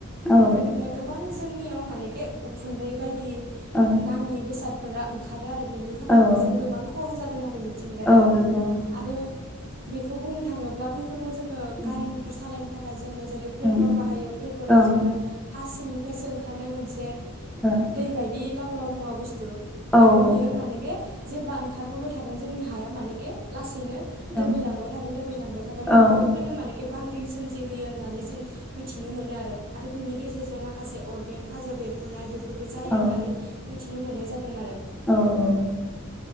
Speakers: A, in the centre; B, on the right.
A: औ
B: बेफोरनिफ्राय गोबां जोंनियाव मानेके उखुन्दै बायदि
A: ओ
B: नाङि बेसादफोरा ओंखारो आरो बेनि थाखायबो
A: औ
B: जों गोबां खहा जादों आरो। मिथिंगाया
A: औ नंगौ
B: आरो बेखौ बुंनो थाङोब्ला बै खोथ' जोङो
A: ओं
B: गारि मथर सालायनो थाखाय जोंनो जेरै प्रेट्रल
A: ओं
B: बाहायो प्रेट्रला
A: ओं
B: जोङो हा सिंनि फ्रायसो ओंखारनाय मोनसे
A: ओं
B: दै बायदि लाव लाव मुवा बुस्थु।
A: औ
B: आरो बियो
A: ओं
B: माने बे जेब्ला ओंखारबोबाय थाय थागोन जोंनि साया माने के लासैनो
A: ओं
B: दोबैलांबाय
A: औ
B: थागोन दोबैलांबाय थागोन उनाव
A: औ
B: बैफोरनो माने के बांग्रिं सोमजिहोयो होननानै जों मिथिनो मोनो आरो बिनि गेजेरजों माखासे अर गें हाजो बेरफ्रुनाय बेफोरबो जायो
A: औ
B: होननानै मिथिनो मोननाय जादों आरो।
A: औ औ